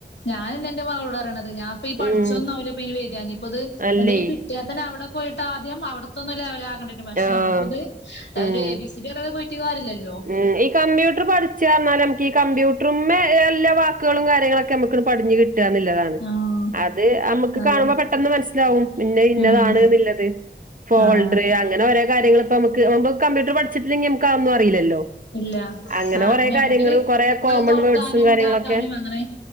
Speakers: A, on the left; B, on the right.
A: ഞാനിന്ന് ഇന്റെ മകളോട് പറയണത് ഞാൻ ഇപ്പൊ ഈ പഠിച്ചൊന്നാവുല്ല
B: ഉം
A: ഇപ്പനി വരാ ഇഞ്ഞി ഇപ്പത്
B: അല്ലേ
A: എന്തെലും കിട്ട്യാത്തന്നെ അവ്ടെ പോയിട്ട് ആ ആദ്യം അവ്ട്ത്തെ ഒന്ന് ലെവലാകണ്ടി വെരും പഷേ
B: ആഹ്
A: ഞമ്മക്കിത്
B: ഉം
A: ഒര് എ ബി സി ഡി അറിയാതെ പോയിട്ട് കാര്യല്ലല്ലോ.
B: ഉം ഈ കമ്പ്യൂട്ടറ് പഠിച്ചാ പറഞ്ഞാല് ഞമ്മക്ക് ഈ കമ്പ്യൂട്ടറ്മ്മേ എല്ലാ വാക്ക്കളും കാര്യങ്ങളൊക്കെ ഞമ്മക്ക്‌ണ്ട് പടിഞ്ഞ് കി റ്റാന്നിള്ളതാ
A: ആഹ്
B: അത് അമ്മക്ക്
A: അതെ
B: കാണുമ്പ പെട്ടെന്ന് മനസ്സിലാവും ഇന്നത് ഇന്നതാണ്ന്ന്ള്ളത്.
A: ഉം
B: ഫോൾഡർ
A: ആഹ്
B: അങ്ങനെ ഓരോ കാര്യങ്ങള് ഇപ്പ നമക്ക് ഇപ്പൊ കമ്പ്യൂട്ടറ് പഠിച്ചിട്ടില്ലെങ്കി നമക്ക്‌ അതൊന്നും അറിയില്ലല്ലോ
A: ഇല്ല
B: അങ്ങനെ
A: ആ
B: കൊറേ
A: അയിന് ഞമ്മക്കൊരു
B: കാര്യങ്ങൾ കൊറേ കോമൺ
A: അത് തൊറക്കാനും
B: വേർഡ്സും കാര്യങ്ങളൊക്കെ
A: ഇതാക്കാനും അങ്ങനെ